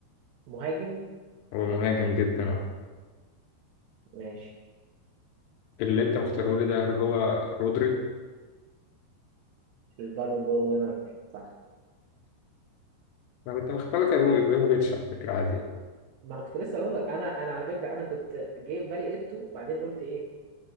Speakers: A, on the right; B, on the left.
A: مهاجم
B: هو مهاجم جدا اه
A: ماشي
B: اللي انت مختاره لي ده هل هو رودري؟
A: البالون دور وينر صح
B: انا كنت مختار لك ابراهيموفيتش
A: آه،
B: على فكره عادي
A: ما انا كنت لسه اقول لك انا انا على فكره انا كنت جاي في بالي ايتو بعدين قلت ايه